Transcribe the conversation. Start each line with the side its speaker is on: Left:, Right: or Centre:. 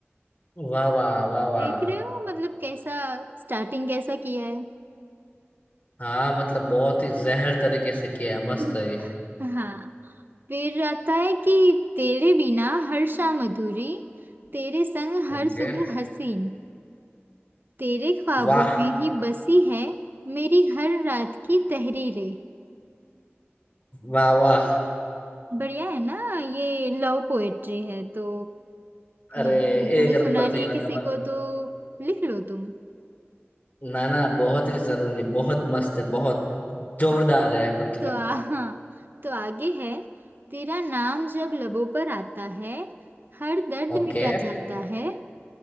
Left: वाह वाह वाह वाह
Right: देख रहे हो मतलब कैसा स्टार्टिंग कैसा किया है
Left: हाँ मतलब बहुत ही जहर तरीके से किया है मस्त
Right: <laughs>
Left: है ये
Right: हाँ फिर आता है कि तेरे बिना हर शाम अधूरी तेरे संग हर
Left: ओके
Right: सुबह हसीन तेरे ख्वाबों
Left: वाह
Right: में ही बसी है मेरी हर रात की तहरीरें
Left: वाह वाह
Right: बढ़िया है ना ये लव पोएट्री है तो
Left: अरे
Right: मतलब तुम्हें
Left: एक
Right: सुनानी
Left: नंबर थी
Right: है
Left: मतलब
Right: किसी को तो लिख लो तुम
Left: ना ना बहुत ही जरूरी बहुत मस्त है बहुत जोरदार
Right: हाँ
Left: है मतलब
Right: तो आ, हाँ तो आगे है तेरा नाम जब लबों पर आता है हर दर्द
Left: ओके
Right: मिटा जाता है